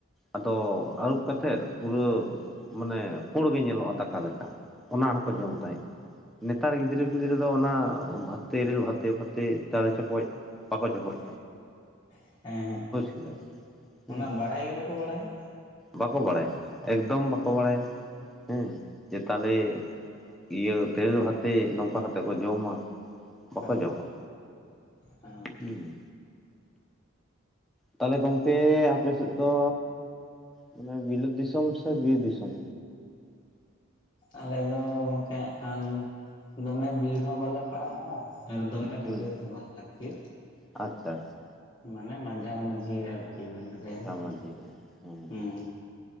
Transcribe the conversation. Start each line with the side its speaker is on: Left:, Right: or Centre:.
Centre: ᱟᱫᱚ ᱟᱹᱨᱩᱵ ᱠᱟᱛᱮᱫ ᱯᱩᱨᱟᱹ ᱢᱟᱱᱮ ᱯᱩᱲ ᱜᱮ ᱧᱮᱞᱚᱜᱼᱟ ᱫᱟᱠᱟ ᱞᱮᱠᱟ᱾ ᱚᱱᱟ ᱦᱚᱸᱠᱚ ᱡᱚᱢ ᱛᱟᱦᱮᱸᱫ᱾ ᱱᱮᱛᱟᱨ ᱜᱤᱫᱽᱨᱟᱹ ᱯᱤᱫᱽᱨᱟᱹ ᱟᱫᱚ ᱚᱱᱟ ᱵᱷᱟᱛᱮ <unintelligible> ᱵᱷᱟᱛᱮ ᱯᱷᱟᱛᱮ ᱛᱟᱞᱮ ᱪᱚᱯᱚᱡ ᱵᱟᱠᱚ ᱪᱚᱯᱚᱡ
Left: <unintelligible> <unintelligible> <unintelligible>
Centre: ᱠᱮᱫᱟ ᱵᱤᱱ ᱦᱮᱸ
Left: ᱚᱱᱟ ᱵᱟᱲᱟᱭ ᱜᱮ ᱵᱟᱠᱚ ᱵᱟᱲᱟᱭᱟ᱾
Centre: ᱵᱟᱠᱚ ᱵᱟᱲᱟᱭᱟ ᱮᱠᱫᱚᱢ ᱵᱟᱠᱚ ᱵᱟᱲᱟᱭᱟ, ᱦᱮᱸ ᱡᱮ ᱛᱟᱞᱮ ᱤᱭᱟᱹ ᱛᱮᱨᱮᱞ ᱵᱷᱟᱛᱮ ᱱᱚᱝᱠᱟ ᱠᱟᱛᱮᱫ ᱠᱚ ᱡᱚᱢᱟ ᱵᱟᱠᱚ
Left: ᱦᱮᱸ
Centre: ᱡᱚᱢᱟ
Left: <unintelligible> ᱦᱮᱸ᱾
Centre: ᱦᱩᱸ ᱛᱟᱦᱚᱞᱮ ᱜᱚᱝᱠᱮ ᱟᱯᱮ ᱥᱮᱫ ᱫᱚ ᱢᱟᱱᱮ ᱵᱤᱞᱟᱹᱛ ᱫᱤᱥᱚᱢ ᱥᱮ ᱵᱤᱨ ᱫᱤᱥᱚᱢ?
Left: ᱟᱞᱮ ᱫᱚ ᱜᱚᱝᱠᱮ ᱦᱟᱸᱜ ᱠᱷᱟᱱ ᱫᱚᱢᱮ ᱵᱤᱨ ᱦᱚᱸ ᱵᱟᱞᱮ ᱯᱟᱲᱟᱜᱼᱟ ᱟᱨ ᱫᱚᱢᱮ ᱫᱚ ᱢᱮ
Centre: ᱦᱩᱸ
Left: ᱵᱤᱞᱟᱹᱛ ᱦᱚ ᱵᱟᱝ ᱟᱨᱠᱤ
Centre: ᱟᱪᱪᱷᱟ ᱟᱪᱪᱷᱟ
Left: ᱢᱟᱱᱮ ᱢᱟᱡᱷᱟ ᱢᱟᱹᱡᱷᱤ ᱟᱨᱠᱤ ᱟᱨᱠᱤ ᱢᱮᱱᱟᱜ ᱞᱮᱭᱟ᱾
Centre: ᱢᱟᱡᱷᱟ
Left: <unintelligible>
Centre: ᱢᱟᱹᱡᱷᱤ ᱜᱮ ᱦᱮᱸ
Left: ᱦᱩᱸ᱾